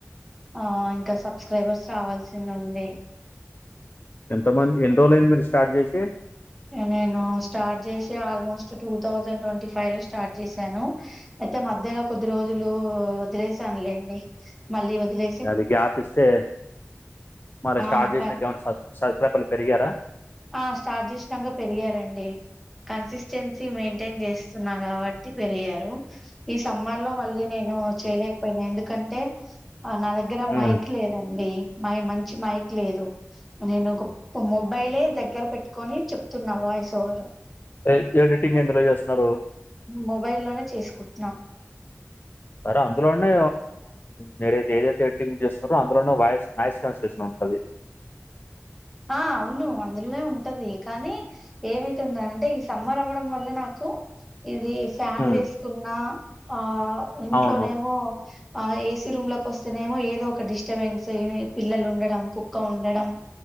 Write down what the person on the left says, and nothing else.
ఎంత మంది ఎన్ని రోజులుయింది మీరు స్టార్ట్ చేసి
అది గ్యాప్ ఇస్తే మరి స్టార్ట్
చేసినాక
ఏమైనా సత్క్రైబర్లు పెరిగారా
ఉమ్.
ఎ ఎడిటింగ్ ఎందులో చేస్తున్నారు
సరే అందులోనే మీరైతే ఏదైతే ఎడిటింగ్ చేస్తున్నారో అందులోనే వాయిస్ నాయిస్ కాన్సిలేషన్ ఉంటది
ఉమ్.
అవును.